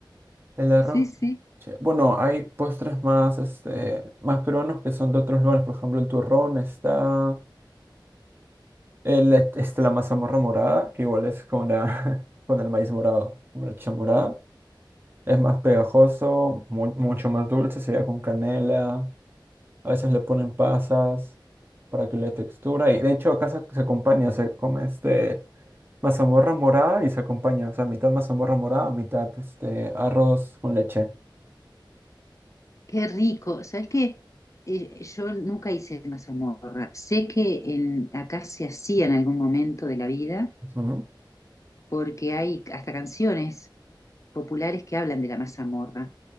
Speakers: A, on the right; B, on the left.
A: el arroz
B: sí, sí.
A: con leche. Bueno, hay postres más, este, más peruanos que son de otros lugares, por ejemplo, el turrón está, el, este, la mazamorra morada, que igual es con la, <laughs> con el maíz morado, con la leche morada. Es más pegajoso, mu- mucho más dulce, se da con canela. A veces le ponen pasas para que le dé textura. Y de hecho acá se, se acompaña, se come este mazamorra morada y se acompaña. O sea, mitad mazamorra morada, mitad este arroz con leche.
B: Qué rico. ¿Sabes qué? Eh, yo nunca hice una mazamorra. Sé que en, acá se hacía en algún momento de la vida,
A: Ujú.
B: porque hay hasta canciones populares que hablan de la mazamorra,